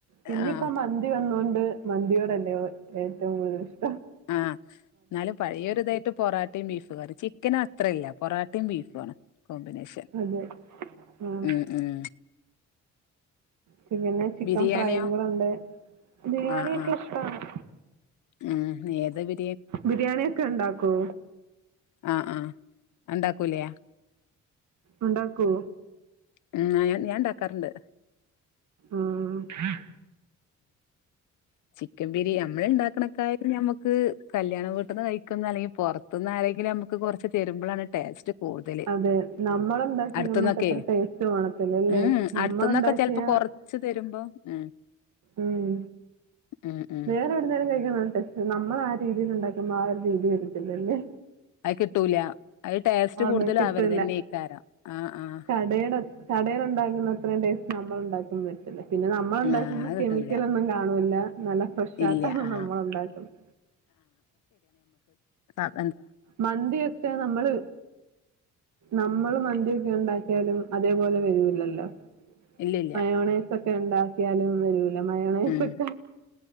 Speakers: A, on the right; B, on the left.
A: പിന്നിപ്പം
B: ആഹ്
A: മന്തി വന്നൊണ്ട് മന്തിയ അല്ലയോ ഏറ്റവും കൂടുതൽഷ്
B: ആ ന്നാലും പഴേയൊരിതായിട്ട് പൊറാട്ടിം ബീഫ് കറിം ചിക്കൻ അത്രല്ല പൊറാ ട്ടിം ബീഫാണ് കോമ്പിനേഷൻ
A: അതെ. ആഹ്.
B: ഉ ഉം
A: പിന്നെ ചിക്കൻ
B: ബിരിയാണിയോ
A: ഫ്രൈയും കൂടണ്ട് ബിരിയാണി
B: ആഹ്
A: കിട്ട്യാ
B: ആഹ്
A: ഇഷ്ടമാണ്
B: ഉം ഏത് ബ്
A: ബിരിയാണി ഒക്കെണ്ടാക്കോ
B: ആ ആ അണ്ടാക്കൂലെ
A: ഉണ്ടാക്കോ
B: ഉം ഞാൻ ഞാൻ ണ്ടാക്കാറുണ്ട്
A: ആഹ്
B: ക്കൻ പിരി നമ്മള്ഇണ്ടാക്കണക്കായെക്കു ഞമ നക്ക് കല്യാണം വീട്ടന്ന് കഴിക്കുന്ന അല്ലെങ്കിൽ പെറത്തുന്ന ആരെങ്കിലും നമുക്ക് കുറച്ച് തെരുമ്പളാണ് ടേസ്റ്റ് കൂടുതല്
A: അതെ നമ്മളുണ്ടാക്കിയ
B: അടുത്തന്നൊക്കെ
A: നമുക്ക് അത്ര ടേസ്റ്റ് കാണത്തില്ലല്ലേ
B: ഉം
A: നമ്മളെണ്ടാക്കിയാ
B: അടുത്തന്നൊക്കെ ചെലപ്പോ കൊറച്ച് തരുമ്പോ ഉം
A: ഉം
B: ഉം ഉം
A: വേറെ എവിടുന്നേലും കഴിക്കാൻ ന നമ്മൾ ആ രീതിൽ ഉണ്ടാക്കുമ്പോ ആ ഒരു രീതി വരത്തില്ലല്ലേ
B: അ കിട്ടൂല അത് ടേസ്റ്റ്
A: ആന്ന്
B: കൂടുതലും
A: കിട്ടല്ല
B: അവരതന്നെയ്ക്കാരം ആഹ് ആഹ്
A: കടയുടെ കടയില ഉണ്ടാകുന്ന അത്രയും ടേസ്റ്റ് നമ്മള് ണ്ടാക്കന്ന് വരത്തില്ല പിന്നെ നമ്മൾ ണ്ടാക്കുന്ന
B: ആഹ് അത് കിട്ടൂല
A: കെമിക്കലൊന്നും കാണൂല്ല നല്ല ഫ്രഷ
B: ഇല്ല
A: ആയിട്ടാണ്
B: ആഹ്
A: നമ്മൾ ഉണ്ടാക്കുന്നത്
B: ത
A: മന്തിയൊക്കെ നമ്മള് നമ്മള് മന്തിയൊക്കെ ഒണ്ടാക്കിയാലും അതേപോലെ വരൂല്ലല്ലോ
B: ഇല്ലില്ല
A: മയോണെ ഒക്കെ ഉണ്ടാക്കിയാലും ഒരു ല്ല മയൊണയ്
B: ഉം
A: സൊക്ക